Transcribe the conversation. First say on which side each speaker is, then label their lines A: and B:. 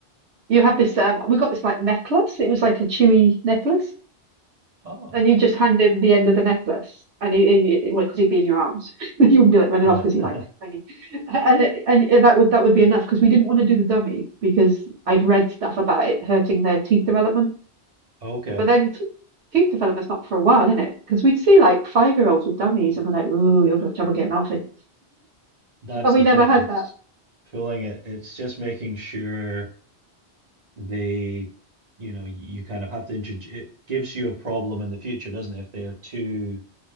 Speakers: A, on the right; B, on the right.
A: you have this um we got this like necklace. It was like a chewy necklace.
B: Oh,
A: And you just hand him the end of the necklace, and he, he, he well, 'cause he'd be in your arms. <laughs> You wouldn't be like running
B: yeah.
A: off because he's
B: <laughs>
A: like tiny, and and that would that would be enough because we didn't want to do the dummy because I'd read stuff about it hurting their teeth development.
B: Okay.
A: But then your teeth, teeth development's not for a while, is it? Because we'd see like five year olds with dummies and we're like, ooh, you're gonna have trouble getting off in.
B: That's
A: And we
B: the thing.
A: never had
B: It's
A: that.
B: pulling it. It's just making sure they, you know, you kind of have to introduce. It gives you a problem in the future, doesn't it? If they are too